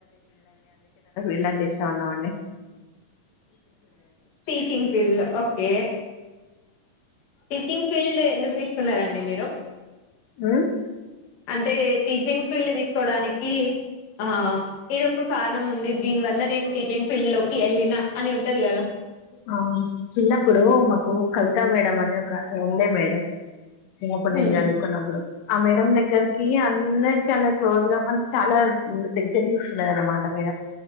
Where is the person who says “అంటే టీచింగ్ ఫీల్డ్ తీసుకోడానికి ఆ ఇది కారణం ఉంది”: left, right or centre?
Left